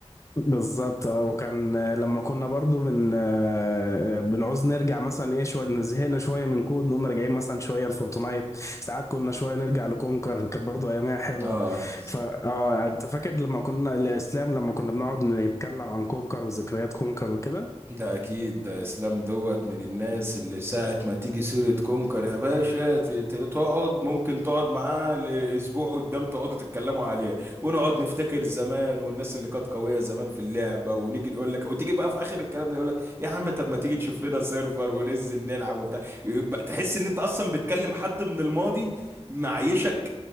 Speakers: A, on the left; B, on the right.
A: بالظبط اه وكان آه، لما كنا برضو بن آه، بنعوز نرجع مثلا ايه شوية زهقنا شوية من كود نقوم راجعين مثلا شوية لفورتنايت ساعات كنا شوية نرجع لكونكر كانت برضو ايامها حلوة
B: <laughs> اه
A: فا اه انت فاكر لما كنا الاسلام لما كنا بنقعد نتكلم عن كونكر وذكريات كونكر وكده
B: ده اكيد ده اسلام دوت من الناس اللي ساعة ما تيجي سيرة كونكر يا باشا ت- ت- تقعد ممكن تقعد معاه لاسبوع قدام تقعدوا تتكلموا عليها ونقعد نفتكر زمان والناس اللي كانت قوية زمان في اللعبة ونيجي نقول لك وتيجي بقى في اخر الكلام ده يقول لك يا عم طب ما تيجي نشوف لنا سيرفر وننزل نلعب وبتاع يبقى تحس ان انت اصلا بتكلم حد من الماضي معيشك